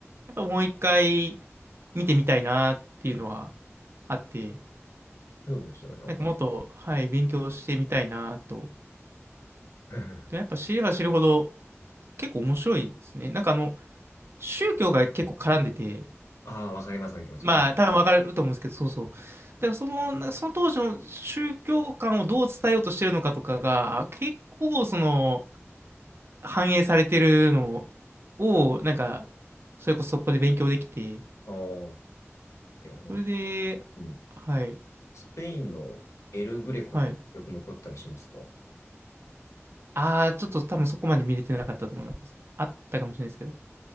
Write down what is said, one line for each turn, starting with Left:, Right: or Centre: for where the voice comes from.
Right: っぱもう一回見てみたいなっていうのはあって、
Left: そうでしたね、なんか。
Right: なんかもっと、はい、勉強してみたいなと。
Left: <laughs>
Right: で、やっぱ知れば知るほど結構面白いですね。なんかあの、宗教が結構絡んでて、
Left: ああ、わかりますね、その気持ち。
Right: まあ多分わかると思うんですけど、
Left: うん。
Right: そうそう。だからその、なんかその当時の宗教観をどう伝えようとしてるのかとかが、結構その、反映されてるのを、なんか、それこそそこで勉強できて、
Left: ああ、え、あの、
Right: それで、
Left: うん。
Right: はい、
Left: スペインのエルグレコとかよく残ったりしますか
Right: はい。ああ、ちょっと多分そこまで見れてなかったと思います。あったかもしれないですけど。